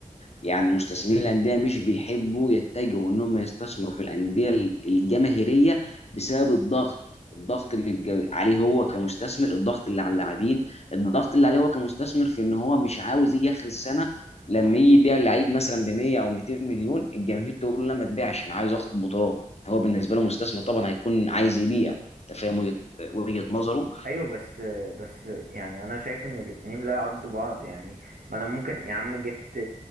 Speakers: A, on the left; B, on the right.
A: يعني مستثمرين الانديه مش بيحبوا يتجهوا ان هم يستثمروا في الانديه الجماهيريه بسبب الضغط الضغط اللي بيبقى عليه هو كمستثمر الضغط اللي على اللاعبين الضغط اللي عليه هو كمستثمر في ان هو مش عاوز يجي اخر السنه لما يجي يبيع لعيب مثلا ب 100 او 200 مليون الجماهير تقول له لا ما تبيعش انا عايز اخد بطولات هو بالنسبه له مستثمر طبعا هيكون عايز يبيع انت فاهم وجهه وجهة نظره
B: ايوه بس بس يعني انا شايف ان الاتنين لا يعرضوا بعض يعني ما انا ممكن يا عم جبت